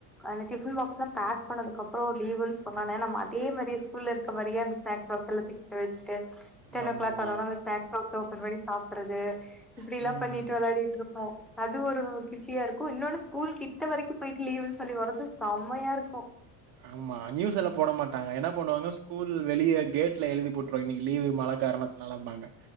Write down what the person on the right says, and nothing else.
ஆமா.
ம்.
ஆமா நியூஸ் எல்லா போட மாட் டாங்க என்ன பண்ணுவாங்க ஸ்கூல் வெளிய கேட்ல எழுதி போட்ருவாங்க இன்னைக்கு லீவு மழ காரணத்துலன்பாங்க